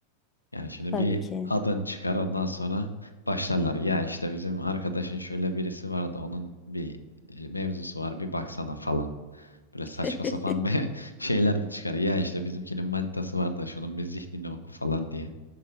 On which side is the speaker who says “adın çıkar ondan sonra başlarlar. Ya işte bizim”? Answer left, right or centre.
Left